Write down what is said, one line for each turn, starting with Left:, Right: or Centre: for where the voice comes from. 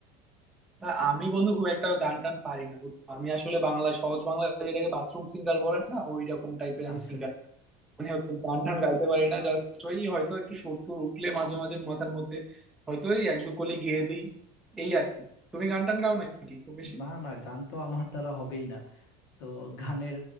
Centre: আহ, আমি বন্ধু খুব একটা গান টান পারি না বুঝছো আমি আসলে বাংলা সহজ বাংলা যেটাকে বাথরুম সিঙ্গার বলে না ওই রকম টাইপের
Left: আচ্ছা
Centre: আমি সিঙ্গার মানে হচ্ছে গান টান গাইতে পারি না জাস্ট ওই হয়তো একটু সুর টুর উঠলে মাঝে মাঝে মাথার মধ্যে হয়তো এই এক দু কলি গেয়ে দিই এই আর কি তুমি গান টান গাও নাকি খুব বেশি
Left: না না গান তো আমার দ্বারা হবেই না তো গানের